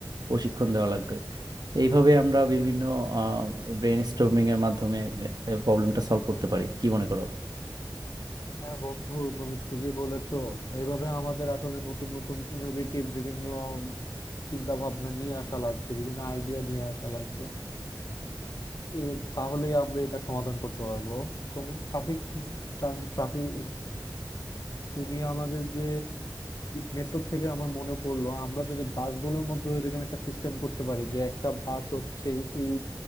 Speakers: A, on the right; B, on the left.
A: প্রশিক্ষণ দেওয়া লাগবে তো এইভাবে আমরা বিভিন্ন ব্রেন স্টর্মিং এর মাধ্যমে প্রবলেমটা সলভ করতে পারি কি মনে করো
B: হ্যাঁ বন্ধু তুমি ঠিকই বলেছো এইভাবে আমাদের আসলে নতুন নতুন ইনোভেটিভ বিভিন্ন চিন্তা ভাবনা নিয়ে আসা লাগবে বিভিন্ন আইডিয়া নিয়ে আসা লাগবে এ, তাহলে আমরা এটা সমাধান করতে পারবো তোমার ট্রাফিক ট্রাফিক তুমি আমাদের যে মেট্রো থেকে আমার মনে পড়লো আমরা যদি বাসগুলোর মধ্যে এরকম একটা সিস্টেম করতে পারি যে একটা বাস হচ্ছে এই